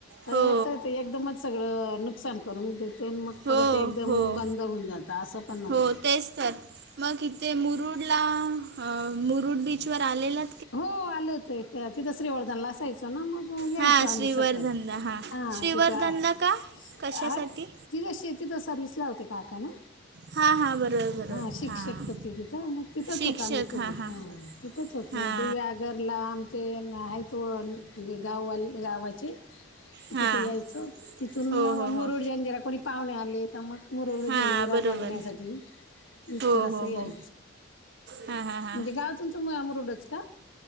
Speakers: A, on the right (about 55°); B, on the left (about 65°).
A: हो
B: जे येते ते एकदम बेतात सगळं नुकसान करून देते मग
A: हो
B: परत एकदम
A: हो
B: बंद होऊन जातं असं पण नको
A: हो तेच तर मग इथे मुरुडला मुरुड बीच वर आलेल्यात
B: हो आल होत तिथं श्रीवर्धन ला असायचं चलामग यायचं
A: हां
B: आम्ही
A: श्रीवर्धनला
B: सतत
A: हां
B: हा
A: श्रीवर्धनला
B: तिथं
A: का कशासाठी
B: हा तिथं शेतीिथं सर्विस ला होते काका ना
A: हां हां बरोबर बरोबर
B: हा शिक्षक
A: हां
B: होती तिथं मग तिथच
A: शिक्षक
B: होत आम्ही तुे
A: हां हां
B: हा तिथच होतो त
A: हां
B: दिव्या घरला आमचे आहेत त गाववा गावाचे
A: हां
B: तिथं यायचं तिथून
A: हो
B: मग
A: हो
B: मुरुडजन
A: हो
B: जेरा कोणी पाहुणे आले तर मग मुरड
A: हां
B: जंदिरा
A: बरोबर
B: बघण्यासाठी विच्चार
A: हो
B: असही
A: हो
B: याय
A: हो हां हां हां
B: म्हणजे गावातूनचम अमरडच का